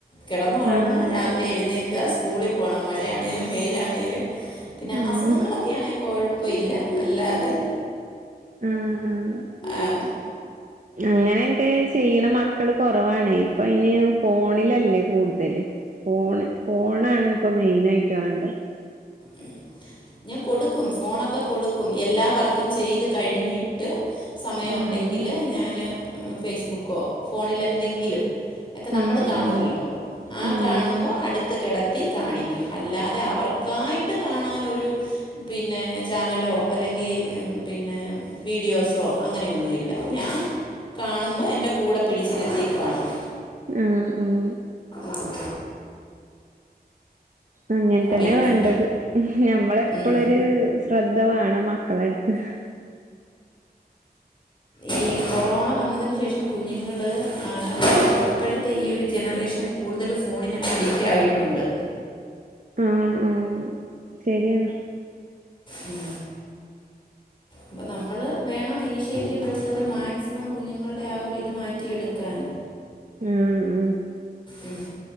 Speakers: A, on the left (about 30°); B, on the right (about 50°).
A: കെടന്നുറങ്ങാ
B: ആഹ്
A: രാവിലെ എഴു പിന്നെയൊക്കെ സ്കൂളി പോണം മഴയാണെലും വെയിലാണെലും പിന്ന
B: ഉം
A: അസുഖങ്ങളൊക്കെയാണെ കൊഴ പ്പ ഇല്ല അല്ലാതെ
B: ആഹ് ആഹ്
A: ആഹ്
B: അങ്ങനെയൊക്കെ ചെയ്യണ മക്കള് കുറവാണെ. അപ്പ ഇനി ഫോണിലല്ലേ കൂടുതല്, ഫോണ്, ഫോണാണ്. ഇപ്പൊ മെയിൻ ആയിറ്റ വേണ്ട.
A: ഉം ഞാൻ കൊടുക്കും, ഫോണൊക്കെ കൊടുക്കും, എല്ലാ വർക്കും ചെയ്ത് കഴിഞ്ഞിട്ട്. സമയമ
B: ഉം
A: ഉണ്ടെങ്കിൽ ഞാന് ഉം ഫേസ്ബുക്കോ, ഫോണിൽ എന്തെങ്കിലും. ഒക്കെ നമ്മൾ
B: ഉം
A: കാണുവല്ലോ
B: ഉം
A: ആ
B: ഉം
A: കാണുമ്പോ അടുത്ത് കിട ത്തി കാണിക്കും, അല്ലാതെ അവർക്കായി ട്ട് കാണൻ ഒരു പിന്നെ ചാനലോ അല്ലെങ്കിൽ പിന്നെ വീഡിയോസോ അങ്ങനെയൊന്നുമി ല്ല, ഞാൻ കാണുമ്പോ എന്റെ കൂടെ പിടിച്ചിരുത്തി കാണും
B: ഉം ഉം
A: ഉം.
B: അങ്ങനെ തന്നെ
A: പിന്നെ
B: വേണ്ടത്, ഞമ്മളെപ്പോളൊരു
A: ഉം.
B: ശ്രദ്ധ വേണം മക്കളുടെ അടുത്ത്.
A: ഈ കൊറോണ വന്നതിന് ശേഷം കുഞ്ഞുങ്ങള് ങ <unintelligible> ഇപ്പോഴത്തെ ഈ ഒരു ജനറേഷൻ കൂടുതല് ഫോണിനങ്ങ് അഡിക്റ്റ് ആയിട്ടുണ്ട്.
B: ആഹ ആഹ. ശരിയാണ്.
A: ഉ അപ്പ നമ്മള് വേണം ഇനിഷ്യേറ്റീവ് എടുത്തത് മാക്സിമം കുഞ്ഞുങ്ങളുടെ ആ ഒരുരിത് മാറ്റിയെടുക്കാന്.
B: ങ ഹ.
A: ഉം